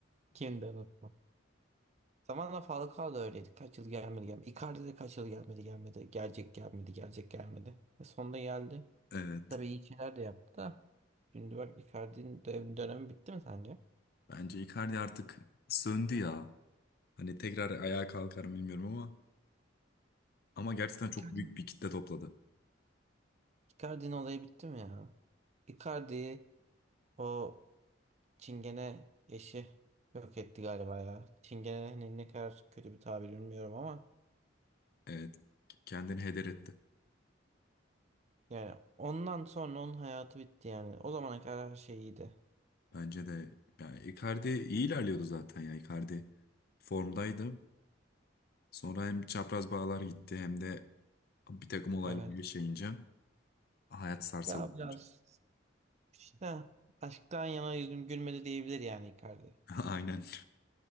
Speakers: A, on the right; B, on the left.
A: Kim de unutma. Zamanla Falcao da öyleydi. Kaç yıl gelmedi gelmedi. Icardi de kaç yıl gelmedi gelmedi. Gelecek gelmedi gelecek gelmedi. E sonunda geldi.
B: Evet.
A: Tabii iyi şeyler de yaptı da. Şimdi bak Icardi'nin dö- dönemi bitti mi sence?
B: Bence Icardi artık söndü ya. Hani tekrar ayağa kalkar mı bilmiyorum ama ama gerçekten çok
A: Icardi
B: büyük bir kitle topladı.
A: Icardi'nin olayı bitti mi ya? Icardi'yi o Çingene eşi yok etti galiba ya. Çingene ne ne kadar kötü bir tabir bilmiyorum ama
B: Evet. Kendini heder etti.
A: Yani ondan sonra onun hayatı bitti yani. O zamana kadar her şey iyiydi.
B: Bence de yani Icardi iyi ilerliyordu zaten ya. Icardi formdaydı. Sonra hem çapraz bağlar gitti hem de bir takım olaylar
A: Evet.
B: yaşayınca hayat sarsıldı
A: Ya biraz
B: bence.
A: işte aşktan yana yüzüm gülmedi diyebilir yani Icardi.
B: <laughs> Aynen